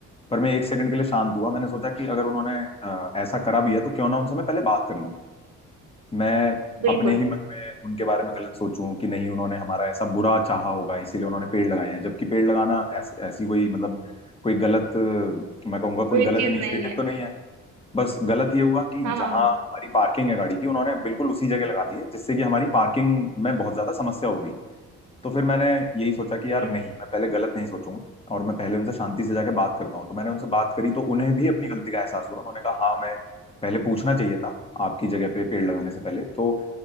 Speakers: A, on the left; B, on the right.
A: पर मैं एक सेकंड के लिए शांत हुआ मैंने सोचा कि अगर उन्होंने अ, ऐसा करा भी है तो क्यों ना उनसे मैं पहले बात कर लूं मैं
B: बिल्कुल
A: अपने ही मन में उनके बारे में गलत सोचूं कि नहीं उन्होंने हमारा ऐसा बुरा चाहा होगा इसीलिए उन्होंने पेड़ लगाए हैं जबकि पेड़ लगाना ऐस, ऐसी कोई मतलब कोई गलत अ, मैं कहूंगा कोई
B: बुरी
A: गलत
B: चीज
A: इनिशिएटिव
B: नहीं है
A: तो नहीं है बस गलत ये हुआ कि
B: हाँ हाँ
A: जहां
B: हाँ
A: हमारी पार्किंग है गाड़ी की उन्होंने बिल्कुल उसी जगह लगा दी है जिससे कि हमारी पार्किंग में बहुत ज्यादा समस्या हो गई तो फिर मैंने यही सोचा कि
B: हम्म
A: यार नहीं मैं पहले गलत नहीं सोचूंगा और मैं पहले उनसे शांति से जाके बात करता हूँ तो मैंने उनसे बात करी तो उन्हें भी अपनी गलती का एहसास हुआ उन्होंने कहा हाँ मैं पहले पूछना चाहिए था आपकी जगह पे पेड़ लगाने से पहले तो